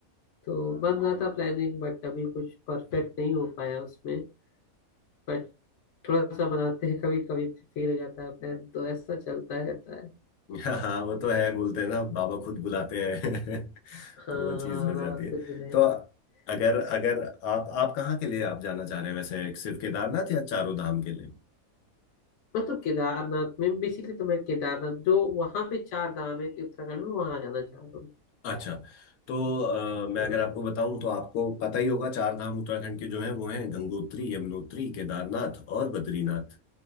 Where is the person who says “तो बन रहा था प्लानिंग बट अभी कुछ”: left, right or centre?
Left